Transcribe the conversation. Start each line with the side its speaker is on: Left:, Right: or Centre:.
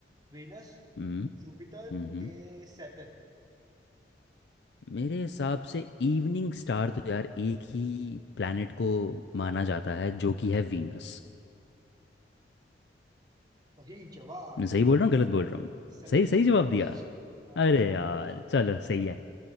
Right: वीनस
Left: हम्म
Right: जुपिटर के
Left: हम्म
Right: सैटर्न
Left: मेरे हिसाब से इवनिंग स्टार तो यार एक ही प्लैनेट को माना जाता है जो कि है वीनस
Right: सही जवाब
Left: मैं सही बोल रहा हूँ गलत बोल रहा हूँ
Right: सही
Left: सही
Right: है
Left: सही
Right: सही
Left: जवाब
Right: है
Left: दिया
Right: हाँ
Left: अरे
Right: सही
Left: यार
Right: जवाब सही
Left: चलो
Right: जवाब
Left: सही है